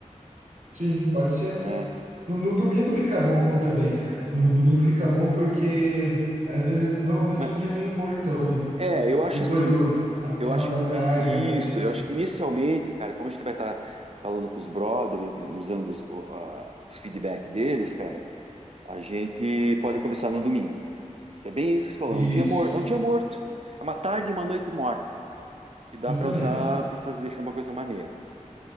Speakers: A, on the right; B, on the right.
A: sim, pode ser.
B: né?
A: No, no domingo fica bom também, cara. No domingo fica bom porque às vezes normalmente
B: Mas,
A: é um dia meio mortão, né?
B: é, eu acho
A: Depois
B: assim
A: do
B: que
A: a- final
B: eu acho
A: da
B: que ini-
A: tarde, à noite,
B: isso, eu
A: assim.
B: acho que inicialmente, cara, como a gente vai estar falando com os brothers, e usando os, o, a- o feedback deles, cara, a gente pode começar no domingo, que é bem isso que você falou,
A: Isso,
B: é um dia morto, é um dia morto, é uma tarde e uma noite morta, que dá
A: justamente.
B: para usar para fazer deixar uma coisa maneira.